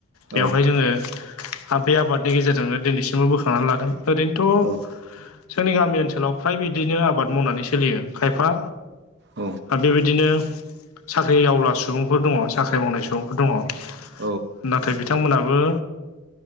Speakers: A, on the left; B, on the right.
A: बेवहाय
B: औ
A: जोङो ओ बे आबादनि गेजेरजोंनो दिनैसिमबो बोखांनानै लादों ओरैनोथ'
B: औ
A: जोंनि गामि ओनसोलाव फ्राय बिदिनो आबाद मावनानै सोलियो खायफा
B: औ
A: आरो बेबायदिनो साख्रि आवला सुबुंफोर दङ साख्रि मावनाय सुबुंफोर दङ।
B: नंगौ औ
A: नाथाय बिथांमोनाबो